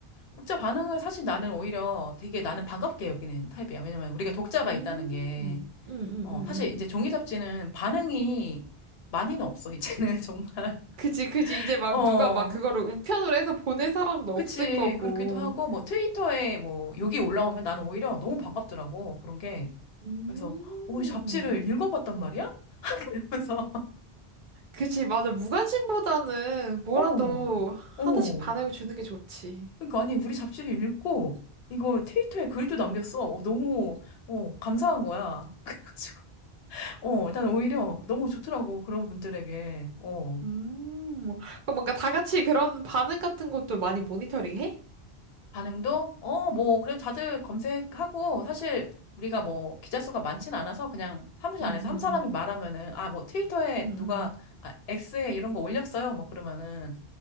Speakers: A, on the left; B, on the right.
A: 독자 반응을 사실 나는 오히려 되게 나는 반갑게 여기는 타입이야. 왜냐면 우리가 독자가
B: 음.
A: 있다는 게,
B: 음, 음, 음,
A: 어,
B: 음.
A: 사실 이제 종이 잡지는 반응이 많이는 없어, 이제는 <laughs> 정말.
B: 그지, 그지. 이제 막
A: 어.
B: 누가 막 그거를 우편으로 해서 보낼 사람도
A: 그치,
B: 없을 거고.
A: 그렇기도 하고, 뭐, 트위터에 뭐, 욕이 올라오면 나는 오히려 너무 반갑더라고. 그런 게,
B: 음.
A: 그래서 어, 우리 잡지를 읽어봤단 말이야? <laughs> 이러면서
B: 그지, 맞아. 무관심보다는 뭐라도
A: 어.
B: 하나씩
A: 어
B: 반응을 주는 게 좋지.
A: 그러니까 아니 우리 잡지를 읽고 이거 트위터에 글도 남겼어. 어, 너무 어 감사한 거야. <laughs> 그래가지고 어 일단 오히려 너무 좋더라고 그런 분들에게 어
B: 음. 그럼 뭔가 다 같이 그런 반응 같은 것도 많이 모니터링 해?
A: 반응도 어 뭐 그래도 다들 검색하고 사실 우리가 뭐 기자 수가 많진 않아서 그냥 사무실
B: 응응응
A: 안에서 한 사람이 말하면은 아 뭐 트위터에
B: 응응
A: 누가 아, X에 이런 거 올렸어요 뭐 그러면은